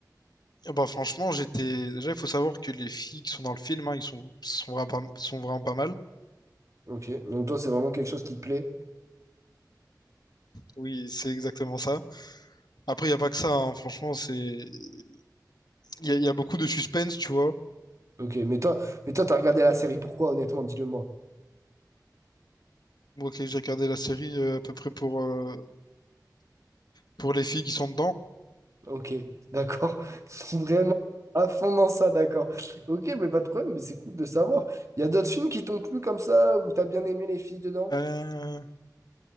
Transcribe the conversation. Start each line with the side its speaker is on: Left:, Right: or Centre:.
Left: ah bah franchement, j'étais. Déjà, il faut savoir que les filles qui sont dans le film, hein, ils sont, sont vraiment pas... sont vraiment pas mal.
Right: Ok, donc toi, c'est vraiment quelque chose qui te plaît.
Left: Oui, c'est exactement ça. Après, il n'y a pas que ça, hein, Franchement, c'est. Il y a, il y a beaucoup de suspense, tu vois.
Right: Ok, mais toi, mais toi, t'as regardé la série, pourquoi, honnêtement, dis-le-moi.
Left: Moi, ok, j'ai regardé la série euh, à peu près pour, euh, pour les filles qui sont dedans.
Right: Ok, d'accord. <laughs> Vraiment à fond dans ça, d'accord. Ok, mais pas de problème, mais c'est cool de savoir. Il y a d'autres films qui t'ont plu comme ça, où t'as bien aimé les filles dedans?
Left: Euh,